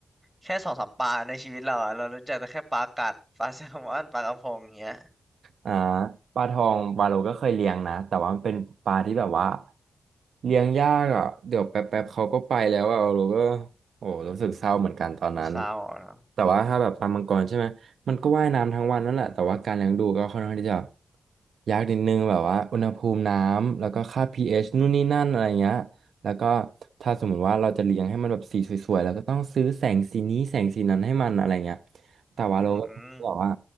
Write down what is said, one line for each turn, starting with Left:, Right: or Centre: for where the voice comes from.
Centre: แค่สองสามปลาในชีวิตเราอะเรารู้จักแต่แค่ปลากัดปลาแซลมอนปลากระพงอย่างเงี้ย
Right: อ่าปลาทองปลาโลก็เคยเลี้ยงนะแต่ว่ามันเป็นปลาที่แบบว่าเลี้ยงยากอ่ะเดี๋ยวแป๊บๆเขาก็ไปแล้วอ่ะเราก็โอ้รู้สึกเศร้าเหมือนกันตอนนั้น
Centre: เศร้าเนาะ
Right: แต่ว่าถ้าแบบปลามังกรใช่ไหมมันก็ว่ายน้ำทั้งวันนั่นแหละแต่ว่าการเลี้ยงดูก็ค่อนข้างที่จะยากนิดนึงแบบว่าอุณหภูมิน้ำแล้วก็ค่าพีเอชนู่นนี่นั่นอะไรเงี้ยแล้วก็ถ้าสมมติว่าเราจะเลี้ยงให้มันแบบสีสวยๆแล้วก็ต้องซื้อแสงสีนี้แสงสีนั้นให้มันอะไรเงี้ยแต่ว่าเราก็
Centre: อืม
Right: <laughs> บอกว่า